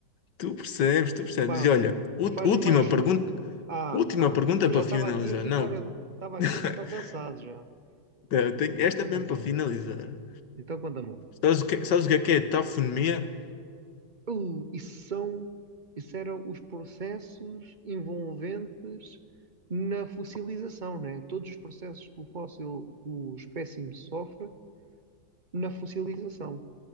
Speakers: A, on the left; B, on the right.
A: tu percebes, tu percebes.
B: Bah,
A: E olha, ult-
B: faz-me
A: última
B: mais
A: pergunta,
B: um. Ah,
A: última
B: ah.
A: pergunta
B: Eu
A: para
B: já
A: finalizar.
B: estava aqui a ficar,
A: Não,
B: estava aqui a ficar
A: <laughs>
B: cansado já.
A: não, eu tenho
B: Aqui
A: esta
B: a ficar
A: mesmo
B: cansado.
A: para finalizar.
B: Então conta-me lá.
A: Sabes o que, sabes o que é que é tafonomia?
B: Uh, isso são, isso eram os processos envolventes na fossilização, né? Todos os processos que o fóssil, o espécime sofre na fossilização,